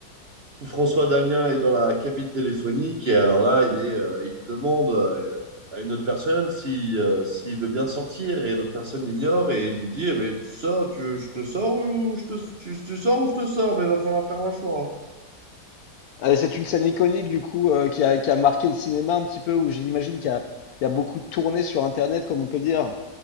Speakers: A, on the right; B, on the left.
A: où François Damien est dans la cabine téléphonique et alors là, il est, euh, il demande euh, à une autre personne si, euh, s'il veut bien sortir et l'autre personne l'ignore et il lui dit, eh ben, tu sors, tu veux, je te sors ou je te, tu, tu sors ou je te sors, mais il va falloir faire un choix.
B: euh, c'est une scène iconique du coup euh, qui a, qui a marqué le cinéma un petit peu, où j'imagine qu'il y a, il y a beaucoup tourné sur Internet, comme on peut dire.